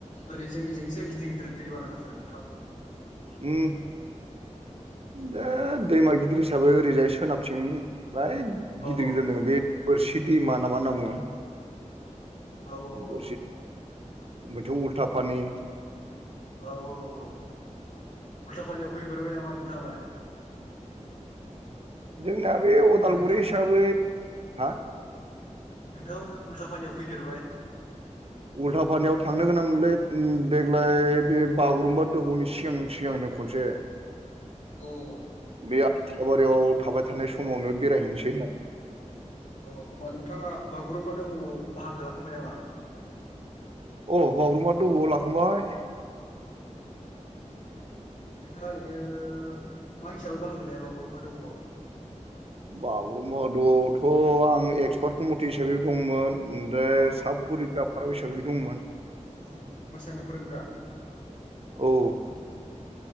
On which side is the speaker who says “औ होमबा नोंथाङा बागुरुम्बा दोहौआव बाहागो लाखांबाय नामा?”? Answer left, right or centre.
Left